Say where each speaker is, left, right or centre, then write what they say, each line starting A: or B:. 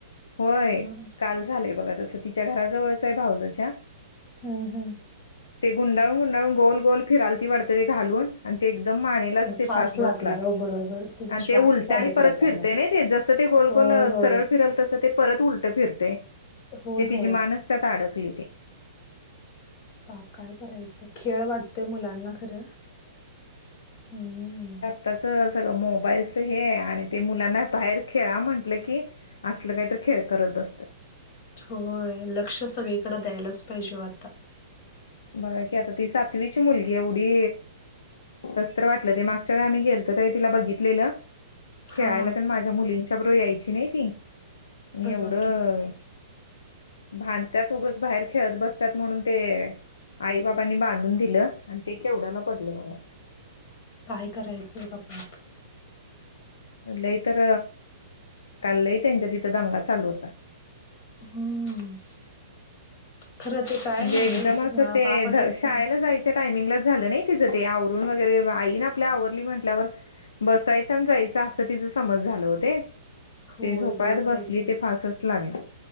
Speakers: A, on the left; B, on the left.
A: होय.
B: हम्म
A: काल झालंय बघा तसं तिच्या घराजवळच हाय भाऊजच्या.
B: हम् हम्.
A: ते गुंडाळून गुंडाळून गोल गोल फिरालती वाटत ते घालून. आणि ते एकदम मानेलाच ते
B: फास्ट
A: फास बसलात
B: लागलाय हो बरोबर तुझा
A: आणि
B: श्वासच
A: ते उलट
B: अडकलाय
A: आणि परत
B: त्यामध्ये
A: फिरतय ना. जस ते गोलगोल
B: होय होय
A: सरळ फिरल तस ते परत उलट फिरतय
B: होय
A: ते तिजी
B: होय
A: मानच त्यात अडकली ती.
B: बाप काय करायचं खेळ वाटतोय मुलांना. खर हम्.
A: त्याच सगळं मोबाईलच हे आणि ते मुलांना बाहेर खेळा म्हंटलं की असलं काय तरी खेळ करत बसत्यात.
B: होय लक्ष सगळीकड द्यायलाच पाहिजे ओ आता.
A: बघा की आता ती सातवीची मुलगी एवढी कसतर वाटलं ते मागच्या वेळी आम्ही गेलतो त्यावेळी तिला बघितलेलं. खेळायला
B: हा
A: तेन माझ्या मुलींच्या बरोबर यायची नाई ती. आणि
B: बघा
A: एवढं
B: की
A: भांडत्यात उगच बाहेर खेळत बसतात म्हणून ते आई बाबांनी बांधून दिलं, आणि ते केवढाला पडलं बागा ते.
B: काय करायचं बाबा.
A: लई तर, काल लय त्यांच्या तिथं दंगा चालू होता.
B: हम्म. खरं ते काय
A: म्हणजे
B: नाहीच
A: एकदम असं
B: ना
A: ते
B: बापाचा
A: शाळेला
B: तन
A: जाय च्या टामिंगला झालं नाही तिचं ते, आवरून वगैरे, आई ना आपल्या आवरली म्हटल्यावर बसायच आणि जायच, असं तिच समज झालं ओ ते.
B: होय
A: ते झोपाळ्यात
B: बरोबर
A: बसली
B: आहे की
A: ते फासच लागेल.